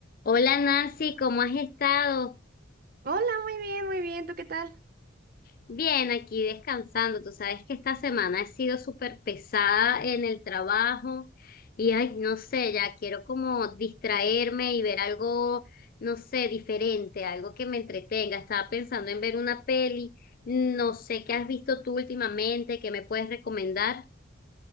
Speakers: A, on the left (about 45°); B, on the right (about 45°).
A: Hola Nancy, ¿cómo has estado?
B: Hola, muy bien, muy bien. ¿Tú qué tal?
A: Bien, aquí descansando. Tú sabes que esta semana he sido súper pesada en el trabajo y ay, no sé, ya quiero como distraerme y ver algo, no sé, diferente, algo que me entretenga. Estaba pensando en ver una peli. No sé qué has visto tú últimamente, qué me puedes recomendar.